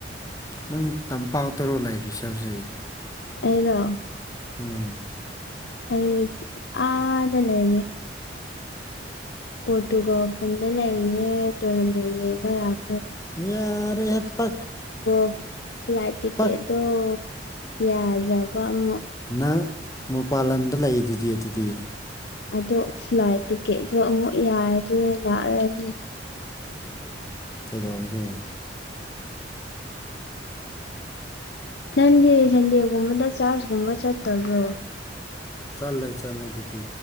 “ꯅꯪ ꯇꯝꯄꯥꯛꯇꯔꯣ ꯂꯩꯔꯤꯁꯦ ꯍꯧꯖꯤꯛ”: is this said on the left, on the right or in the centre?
Left